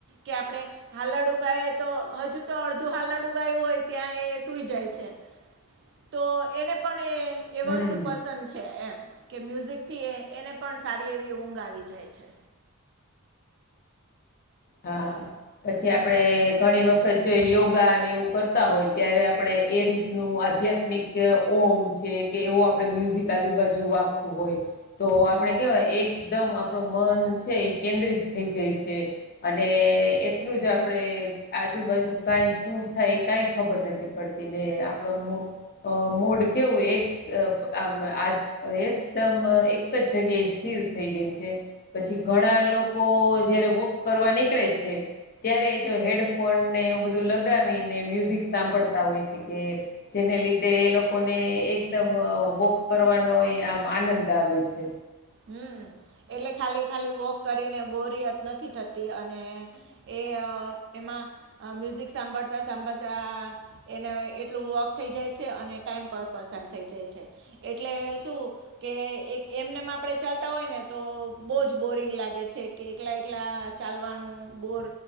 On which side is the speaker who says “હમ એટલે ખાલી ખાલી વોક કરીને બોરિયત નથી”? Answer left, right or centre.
Right